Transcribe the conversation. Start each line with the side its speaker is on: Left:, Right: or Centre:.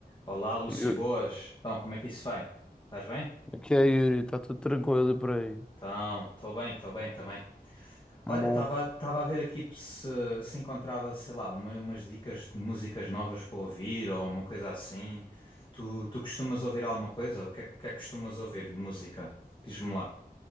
Left: Olá, Lúcio,
Centre: Eu-
Left: boas. Então, como é que isso vai? Estás bem?
Centre: O que é, Yuri? Está tudo tranquilo por aí.
Left: Então, estou bem, estou bem também.
Centre: Bom,
Left: Olha, estava estava a ver aqui se se encontrava, sei lá, uma- umas dicas de músicas novas para ouvir ou uma coisa assim. Tu, tu costumas ouvir alguma coisa? O que é, que é que costumas ouvir de música? Diz-me lá.